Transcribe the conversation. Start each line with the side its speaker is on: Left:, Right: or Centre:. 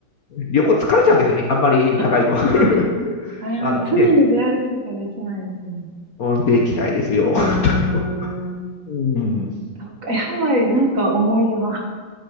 Left: 旅行疲れちゃうんですよね。あんまり長いと。
Right: わかります。
Left: <laughs>
Right: わかります。
Left: あのね、
Right: 罪に出歩くとかできないですね。
Left: うんできないですよ。
Right: うーん。
Left: <laughs> 本当にもううん。
Right: そっかえ、ハワイ、なんか思い出は。